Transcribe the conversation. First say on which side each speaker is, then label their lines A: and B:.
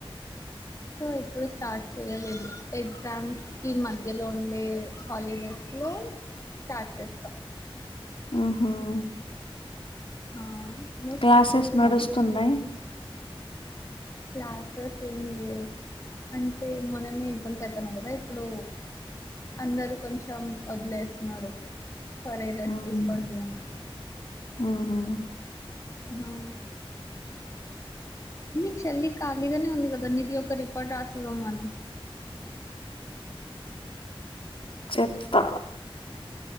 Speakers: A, on the left; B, on the left.
A: ఎప్పుడు స్టార్ట్ చేయలేదు ఎగ్జామ్స్ కి మధ్యలో ఉండే హాలిడేస్ లో లో స్టార్ట్ చేస్తా
B: మ్ హ్మ్
A: ఆ నువ్వు
B: క్లాసెస్
A: స్టార్ట్ చేసినావు
B: నడుస్తున్నాయి
A: క్లాసెస్ ఏం లేవు అంటే మొననే ఎగ్జామ్స్ అయిపోయినయి కదా ఇప్పుడు అందరూ కొంచం ఓదిలేస్తున్నారు సరే రెస్ట్
B: ఉమ్
A: తీసుకోండి అని
B: ఉహు
A: హా మీ చెల్లి ఖాళీగానే ఉంది కదా నిది ఒక రికార్డు రాసివ్వమను
B: చెత్తా